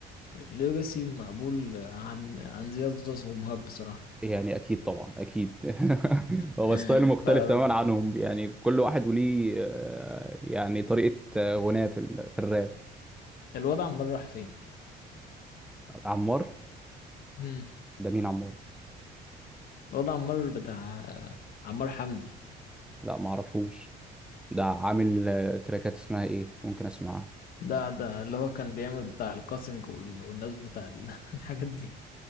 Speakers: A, on the left; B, in the centre.
A: ليجاسي مقبول عن عن زياد زوز ومهاب بصراحة
B: يعني اكيد طبعا اكيد <laughs> هو
A: <laughs>
B: ستايل مختلف تماما عنهم يعني كل واحد وليه آه، يعني طريقه آه، غناء في ال- في الراب
A: فالوضع عمال راح فين
B: عمار
A: مم.
B: ده مين عمار ده؟
A: الوضع عمال بتاع عمار حمدي
B: لا ما اعرفوش ده عامل آه، تراكات اسمها ايه ممكن اسمعها
A: ده ده اللي هو كان بيعمل بتاع الكاسنج وال- والناس بتاع ال- <laughs> الحاجات دي